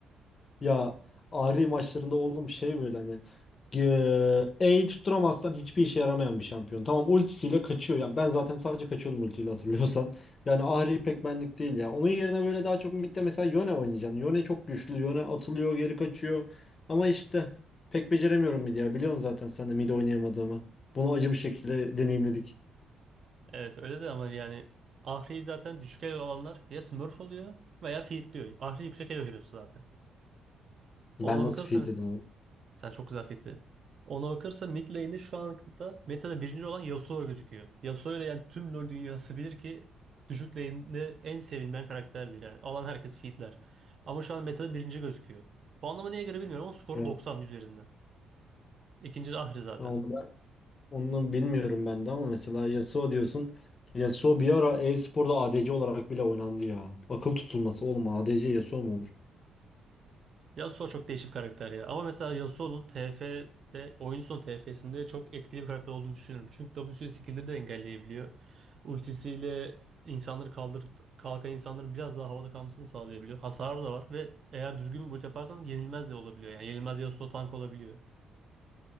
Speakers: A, on the left; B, on the right.
A: Ya Ahri maçlarında oğlum şey böyle hani eee, E'yi tutturamazsan hiçbir işe yaramayan bir şampiyon. Tamam ultisiyle kaçıyor. Yani ben zaten sadece kaçıyordum ultiyle hatırlıyorsan. Yani Ahri pek benlik değil ya. Onun yerine böyle daha çok midde mesela Yone oynayacaksın. Yone çok güçlü. Yone atılıyor geri kaçıyor. Ama işte pek beceremiyorum midi ya. Biliyorsun zaten sen de mid oynayamadığımı. Bunu acı bir şekilde deneyimledik.
B: Evet öyle de ama yani Ahri'yi zaten düşük elo olanlar ya Smurf oluyor veya feedliyor. Ahri yüksek elo hero'su zaten.
A: Ben
B: Ona
A: nasıl
B: bakırsa
A: feedledim
B: mes-
A: onu.
B: sen çok güzel feedledin. Ona bakırsa mid lane'de şu anda metada birinci olan Yasuo gözüküyor. Yasuo ile yani tüm LoL dünyası bilir ki düşük lane'de en sevilmeyen karakterdir. Yani alan herkes feedler. Ama şu an metada birinci gözüküyor. Puanlama neye göre bilmiyorum ama skoru
A: Ya,
B: 90 üzerinden. İkinci de Ahri zaten.
A: onu Onu bilmiyorum ben de ama mesela Yasuo diyorsun. Yasuo bir ara e-sporda ADC olarak bile oynandı ya. Akıl tutulması oğlum ADC Yasuo mu olur?
B: Yasuo çok değişik bir karakter ya. Ama mesela Yasuo'nun TF'de oyun son TF'sinde çok etkili bir karakter olduğunu düşünüyorum. Çünkü W'si skill'de de engelleyebiliyor. Ultisiyle insanları kaldır kalkan insanların biraz daha havada kalmasını sağlayabiliyor. Hasarı da var ve eğer düzgün bir build yaparsan yenilmez de olabiliyor. Yani yenilmez Yasuo tank olabiliyor.